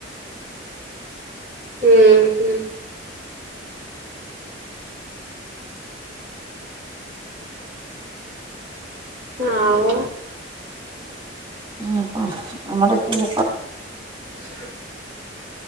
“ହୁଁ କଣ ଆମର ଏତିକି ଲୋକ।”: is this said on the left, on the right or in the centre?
Right